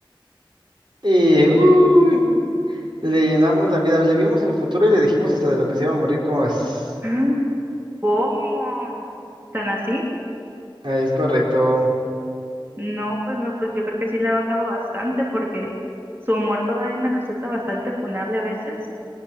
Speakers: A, on the right (about 65°); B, on the right (about 25°).
A: Y uy, le llenamos la vida, le vimos el futuro y le dijimos hasta de lo que se iba a morir, ¿cómo es?
B: Ah. ¿Cómo? ¿Tan así?
A: Ah, es correcto.
B: No, pues no, pues yo creo que sí le ha bajado bastante porque su humor todavía me resulta bastante funable a veces.